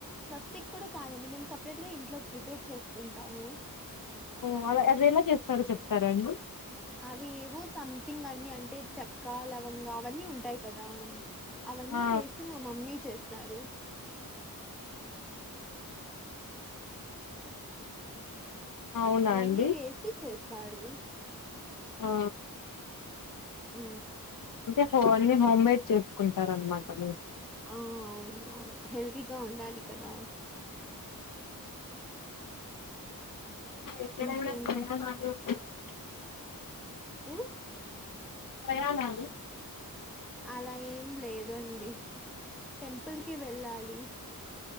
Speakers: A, in the centre; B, on the left (about 65°).
A: సస్ క్ కూడా కాదండి మేము సపరేట్ గా ఇంట్లో ప్రిపేర్ చేసుకుంటాము
B: వాళ్ళ అద ఎలా చేస్తారో చెప్తారా అండి
A: అవి ఏవో సంథింగ్ అన్ని అంటే చెక్క లవంగా అవన్నీ ఉంటాయి కదా అవన్నీ
B: ఆ
A: వేసి మా మమ్మీ చేస్తారు
B: అవునా
A: అవన్నీ
B: అండి
A: వేసి చేస్తారు
B: ఆ
A: ఉ
B: అంటే హో అన్ని హోమ్ మేడ్ చేసుకుంటారనమాట మీరు
A: ఆ అవును అవును హెల్తీగా ఉండాలి కదా
B: ఇక్కడ
A: ఇంకేంటి
B: కూడా <unintelligible>
A: ఎమి
B: ప్రయాణాలు
A: అలా ఏం లేదండి టెంపుల్కి వెళ్ళాలి